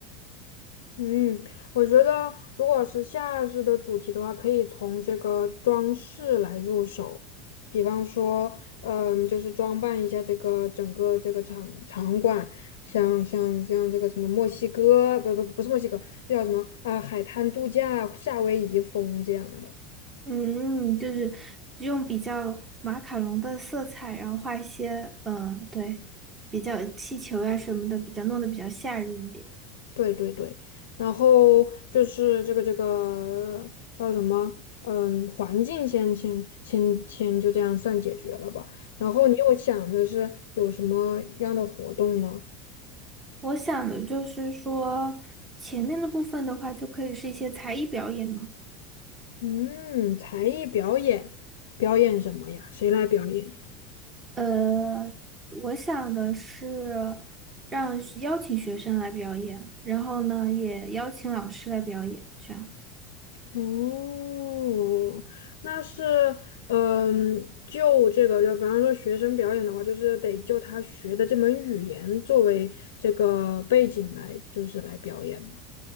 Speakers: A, on the left; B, on the right.
A: 嗯，我觉得如果是夏日的主题的话，可以从这个装饰来入手，比方说，嗯，就是装扮一下这个整个这个场场馆，像像像这个什么墨西哥，不不不是墨西哥，那叫什么啊、海滩度假、夏威夷风这样的。
B: 嗯，就是用比较马卡龙的色彩，然后画一些，嗯，对，比较气球呀、什么的，比较弄得比较吓人一点。
A: 对对对，然后就是这个这个叫什么？嗯，环境先先先先就这样算解决了吧。然后你又想的是有什么样的活动呢？
B: 我想的就是说，前面的部分的话，就可以是一些才艺表演嘛。
A: 嗯，才艺表演，表演什么呀？谁来表演呀？
B: 呃，我想的是让邀请学生来表演，然后呢，也邀请老师来表演，这样。
A: 哦，那是嗯，就这个，就比方说学生表演的话，就是得就他学的这门语言作为这个背景来，就是来表演嘛。